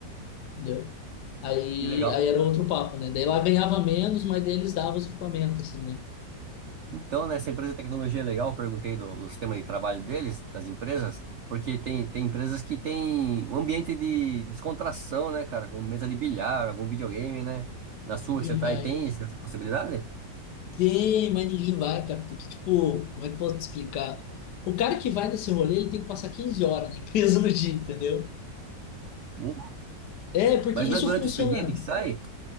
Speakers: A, on the left; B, on the right.
A: Entendeu? Aí,
B: que legal.
A: aí era outro papo, né? Daí lá ganhava menos, mas daí eles davam os equipamentos, assim, né?
B: Então, né, essa empresa de tecnologia é legal, eu perguntei do, do sistema de trabalho deles, das empresas, porque tem, tem empresas que tem um ambiente de descontração, né, cara? Com mesa de bilhar, algum videogame, né? Na sua
A: Ninguém
B: que você tá
A: vai.
B: aí, tem essa possibilidade?
A: Tem, mas ninguém vai, cara. Porque, tipo, como é que eu posso te explicar? O cara que vai nesse rolê, ele tem que passar 15 horas na <laughs> empresa no dia, entendeu?
B: Não.
A: É, porque
B: Mas
A: isso
B: não é durante
A: funciona.
B: o expediente que sai?